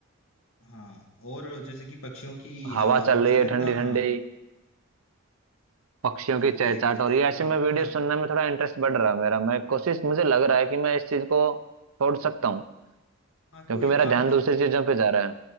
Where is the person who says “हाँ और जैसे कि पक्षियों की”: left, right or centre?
Left